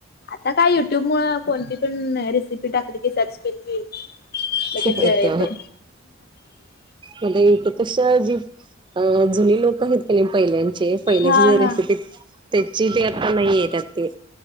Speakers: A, on the left; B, on the right.
A: आता काय युट्यूब मूळ कोणती पण रेसिपी टाकली की, सर्च केली की, लगेच
B: येत
A: येतेय.
B: मी ते युट्युब पेक्षा जी अ जुने लोक आहेत का नाही पहिल्याचे. पहिल्याचे
A: हा
B: जुन्या रेसिपी
A: हा
B: त्याची ते नाहीये त्यात ते.